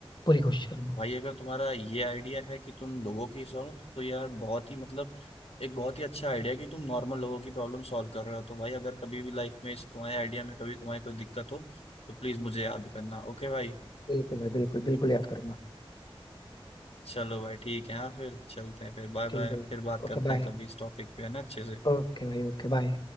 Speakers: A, on the left (about 50°); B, on the left (about 85°).
A: पूरी कोशिश करूंगा
B: भाई अगर तुम्हारा ये आइडिया है कि तुम लोगों की सॉल्व तो यार बहुत ही मतलब एक बहुत ही अच्छा आइडिया कि तुम नॉर्मल लोगों की प्रॉब्लम सॉल्व कर रहे हो तो भाई अगर कभी भी लाइफ में इस तुम्हारे आइडिया में कभी तुम्हारी कोई दिक्कत हो तो प्लीज मुझे याद करना ओके भाई
A: बिल्कुल भाई बिल्कुल बिल्कुल याद करूंगा
B: चलो भाई ठीक है हाँ फिर चलते हैं फिर बाय
A: ठीक
B: बाय
A: है
B: फिर बात
A: Okay
B: करते
A: bye
B: हैं कभी इस टॉपिक पे है ना अच्छे से
A: ओके भाई ओके बाय